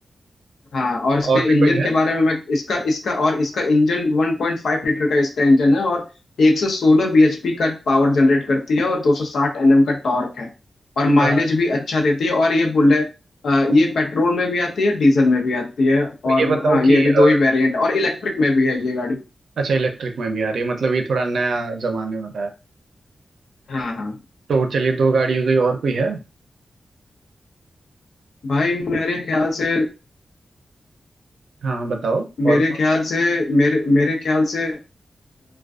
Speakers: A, on the left (about 85°); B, on the right (about 80°).
A: हाँ और इसके
B: और भी
A: इंजन
B: कोई है
A: के बारे में मैं इसका इसका और इसका इंजन 1.5 लीटर का इसका इंजन है और 116 bhp का पावर जनरेट करती है और 260 nm का टॉर्क है और माइलेज
B: अ,
A: भी अच्छा देती है और ये बुलेट अ, ये पेट्रोल में भी आती है डीजल में भी आती है
B: तो
A: और
B: ये बताओ
A: हाँ ये
B: कि
A: अभी
B: अ,
A: दो ही वेरिएंट और इलेक्ट्रिक में भी है ये गाड़ी
B: अच्छा इलेक्ट्रिक में भी आ रही है मतलब ये थोड़ा नया जमाने वाला है
A: हाँ हाँ
B: तो चलिए दो गाड़ी हो गई और कोई है
A: भाई मेरे ख्याल से
B: हाँ हाँ बताओ
A: मेरे
B: और कौन-
A: ख्याल से मेरे मेरे ख्याल से अ,